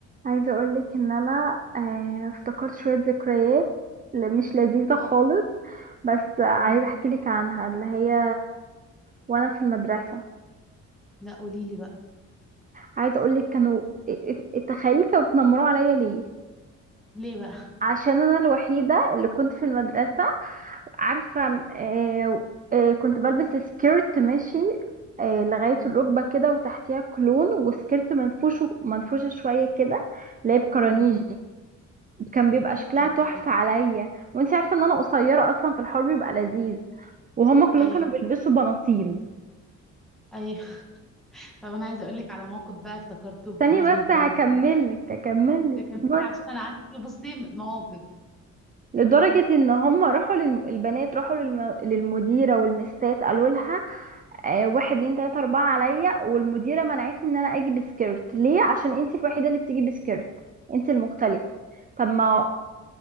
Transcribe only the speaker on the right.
عايزة اقولك ان انا آه، افتكرت شوية ذكريات ل- مش لذيذة خالص بس عايزة
احكي لك عنها اللي هي وانا في المدرسة
عايزة اقولك كانوا ا- ا- تخيلي كانوا بيتنمروا عليا ليه
عشان انا الوحيدة اللي كنت في المدرسة عارفة آه، آه، كنت بلبس سكيرت ماشي آه، لغاية
الركبة كده وتحتيها كلون وسكيرت منفوش منفوشة شوية كده اللي هي بكرانيج
كان بيبقى شكلها
تحفة
عليا وانت عارفة ان انا قصيرة اصلا في الحوار بيبقى لذيذ وهما كلهم
كانوا بيلبسوا بناطيل
ثانية بس
هكملك هكملك
اصبر
لدرجة ان هما راحوا للم... البنات راحوا للم... للمديرة والمستات قالوا لها آه واحد اتنين تلاتة اربعة عليا والمديرة منعتني ان انا اجي بسكيرت ليه عشان انت الوحيدة اللي بتيجي بسكيرت انت المختلفة طب ما